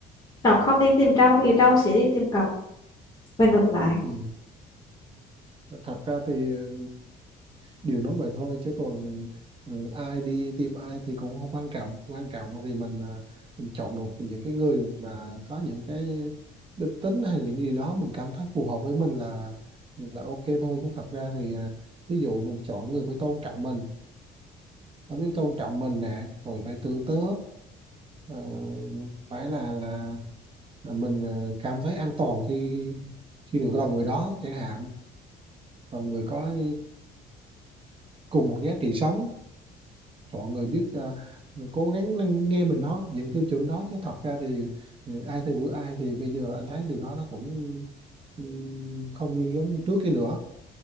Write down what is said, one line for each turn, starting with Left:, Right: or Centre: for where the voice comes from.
Left: Cọc không đi tìm trâu thì trâu sẽ đi tìm cọc và ngược lại.
Right: ừ. Thật ra thì ừ, điều nói vậy thôi chứ còn ừ, ai đi tìm ai thì cũng không quan trọng quan trọng vì mình, à, mình chọn được những cái người mà có những cái đức tính hay những gì đó mình cảm thấy phù hợp với mình là là ok thôi chứ thật ra thì à, ví dụ mình chọn người phải tôn trọng mình phải biết tôn trọng mình nè rồi phải tử tế ờ, phải là là là mình ờ, cảm thấy an toàn khi khi được gần người đó chẳng hạn và người có ờ, cùng một giá trị sống mọi người biết ờ, cố gắng lắng nghe mình đó những tiêu chuẩn đó chứ thật ra thì ờ, ai theo đuổi ai thì bây giờ anh thấy điều đó nó cũng ừ, không như giống như trước kia nữa